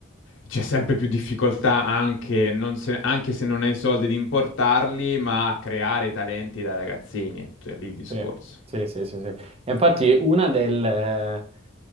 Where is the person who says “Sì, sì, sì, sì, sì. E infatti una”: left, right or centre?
Right